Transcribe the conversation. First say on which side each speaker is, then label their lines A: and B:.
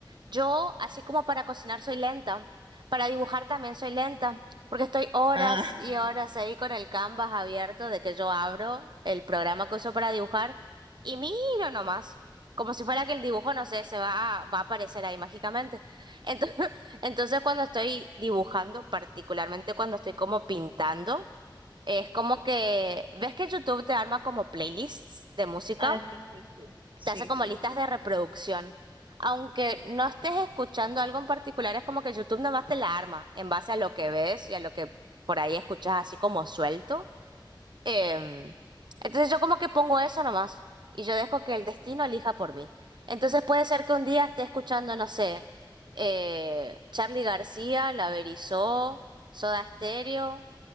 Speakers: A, on the right; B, on the right.
A: Yo, así como para cocinar soy lenta, para dibujar también soy lenta, porque estoy horas
B: Ah,
A: y horas ahí con el Canvas abierto de que yo abro el programa que uso para dibujar y miro nomás, como si fuera que el dibujo, no sé, se va a, va a aparecer ahí mágicamente. Entonces, <laughs> entonces cuando estoy dibujando, particularmente cuando estoy como pintando, es como que, ¿ves que YouTube te arma como playlists de música?
B: Ah, sí, sí, sí, sí,
A: te hace como
B: sí.
A: listas de reproducción. Aunque no estés escuchando algo en particular, es como que YouTube nada más te la arma en base a lo que ves y a lo que por ahí escuchas así como suelto. Em, entonces yo como que pongo eso nomás y yo dejo que el destino elija por mí. Entonces puede ser que un día esté escuchando, no sé, eh, Charly García, La Berizó, Soda Stereo